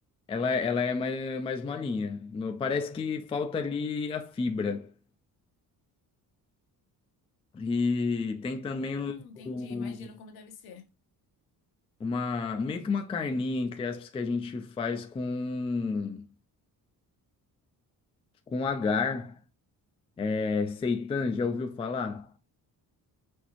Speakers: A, on the left (about 15°); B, on the left (about 75°).
A: Ela, ela é mais, mais molinha. No- parece que falta ali a fibra. E tem também
B: Hum,
A: o-
B: entendi.
A: o-
B: Imagino como deve ser.
A: uma, meio que uma carninha, entre aspas, que a gente faz com, com agar. É, seitan, já ouviu falar?